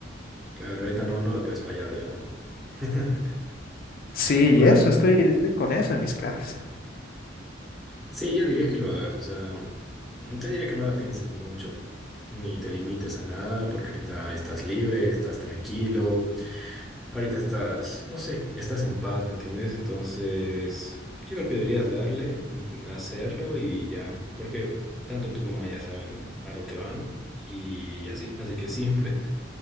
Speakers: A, in the centre; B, on the left.
A: claro, ahorita no, no la puedes fallar, digamos. <laughs>
B: Sí, y
A: O
B: eso,
A: sea,
B: estoy, estoy con eso en mis clases.
A: Sí, yo diría que lo hagas, o sea, mm, te diría que no la pienses mucho, ni te limites a nada, porque ahorita estás libre, estás tranquilo, ahorita estás, no sé, estás en paz, ¿me entiendes? Entonces, yo creo que deberías darle, mm, hacerlo y ya, porque tanto tú como ella saben a lo que van y así, así que simple.